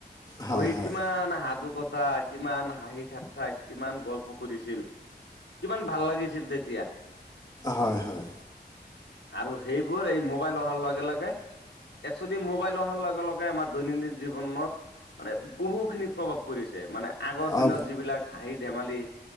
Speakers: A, on the left; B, on the left.
A: হয়
B: বহি
A: হয়
B: কিমান সাধু কথা কিমান হাঁহি ঠাট্টা কিমান গল্প কৰিছিল কিমান ভাল লাগিছিল তেতিয়া তিয়া
A: হয় হয়
B: আৰু সেইবোৰ এই মোবাইল অহাৰ লগে লগে একচোৱেলি মোবাইল অহাৰ লগে লগে আমাৰ দৈনন্দিন জীৱনত মানে বহু খিনি প্ৰভাৱ পৰিছে, মানে আ দিনত
A: অঁ
B: যিবিলাক হাঁহি ধেমালি